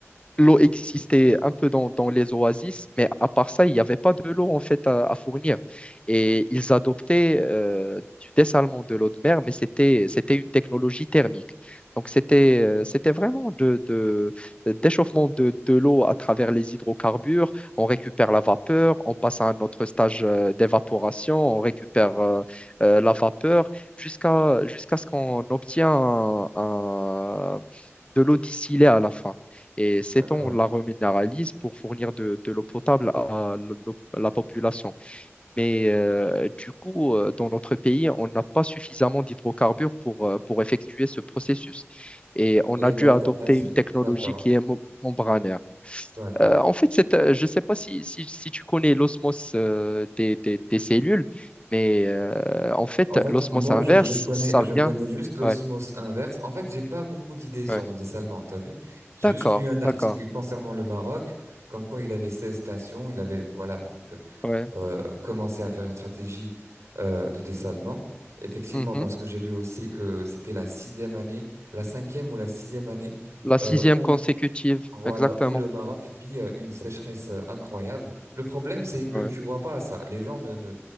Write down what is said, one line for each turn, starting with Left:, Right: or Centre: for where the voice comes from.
Left: l'eau existait un peu dans, dans les oasis, mais à part ça, il n'y avait pas de l'eau en fait à, à fournir. Et ils adoptaient euh, du dessalement de l'eau de mer, mais c'était c'était une technologie thermique. Donc c'était euh, c'était vraiment de, de- d'échauffement de, de l'eau à travers les hydrocarbures. On récupère la vapeur, on passe à un autre stage euh, d'évaporation, on récupère euh, euh, la vapeur jusqu'à jusqu'à ce qu'on obtient un, de l'eau distillée à la fin. Et cette
Right: d'accord.
Left: eau, on la reminéralise pour fournir de, de l'eau potable à l'eau- la population. Mais euh, du coup, euh, dans notre pays, on n'a pas suffisamment d'hydrocarbures pour, euh, pour effectuer ce processus. Et on
Right: Et
Left: a dû
Right: l'alternative?
Left: adopter une technologie
Right: D'accord,
Left: qui est mo- membranaire.
Right: d'accord.
Left: Euh, en fait, c'est, euh, je ne sais pas si, si, si tu connais l'osmose euh, des, des- des cellules, mais euh, en fait,
Right: En fait,
Left: l'osmose
Right: moi,
Left: inverse,
Right: je, je connais,
Left: ça
Right: je
Left: vient.
Right: connais juste l'osmose
Left: Ouais,
Right: inverse. En fait, j'ai pas beaucoup d'idées sur
Left: ouais.
Right: le dessalement, t'as vu? J'ai
Left: D'accord,
Right: juste lu un article
Left: d'accord.
Right: concernant le Maroc, comme quoi il avait 16 stations, il avait, voilà. Donc, euh,
Left: Ouais.
Right: euh, commencer à faire une stratégie euh, de dessalement. Effectivement,
Left: Mhm.
Right: parce que j'ai lu aussi que c'était la sixième année, la cinquième ou la sixième année
Left: La
Right: euh,
Left: sixième
Right: où
Left: consécutive,
Right: voilà
Left: exactement.
Right: où le Maroc vit euh, une sécheresse euh, incroyable. Le problème, c'est que
Left: Ouais,
Right: tu vois pas ça. Les gens ne ne